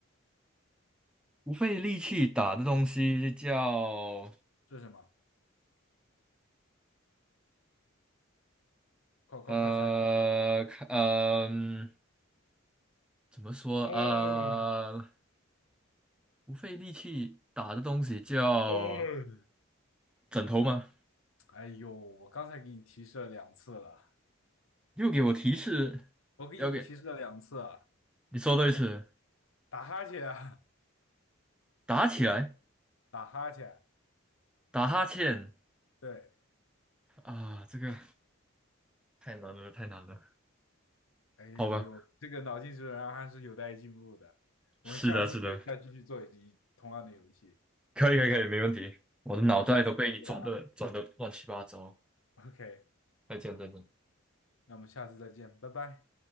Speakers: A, in the centre; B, on the left.
A: 不费力气打的东西叫
B: 是什么？快快快猜！
A: 呃看呃嗯怎么说呃
B: 哦
A: 不费力气打的东西叫
B: 哦，
A: 枕头吗？
B: 哎呦，我刚才给你提示了两次了，
A: 又给我提示，
B: 我给你提示了两次啊！
A: 要给你说多一次，
B: 打哈欠啊，
A: 打起来。
B: 打哈欠。
A: 打哈欠
B: 对，
A: 啊，这个太难了，太难了。
B: 哎呦，
A: 好吧，
B: 这个脑筋急转弯还是有待进步的。我们下次可以再继续做一同样的游戏。
A: 是的，是的，可以，可以，可以，没问题。我的脑袋都被你转的转的乱七八糟。
B: 那我们下次再见啊。OK，
A: 再见，再见。
B: 那我们下次再见，拜拜。